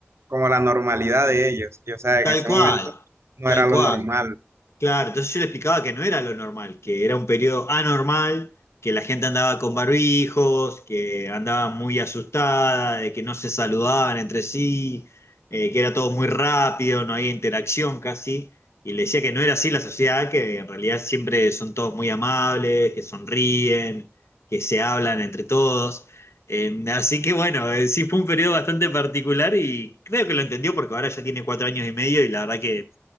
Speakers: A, on the right; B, on the left.
A: como la normalidad de ellos. Y, o sea,
B: tal
A: en ese
B: cual,
A: momento no
B: tal
A: era lo
B: cual.
A: normal.
B: Claro, entonces yo le explicaba que no era lo normal, que era un periodo anormal, que la gente andaba con barbijos, que andaba muy asustada, de que no se saludaban entre sí, eh, que era todo muy rápido, no había interacción casi. Y le decía que no era así la sociedad, que en realidad siempre son todos muy amables, que sonríen, que se hablan entre todos. Eh, así que bueno, eh, sí fue un periodo bastante particular y creo que lo entendió porque ahora ya tiene cuatro años y medio y la verdad que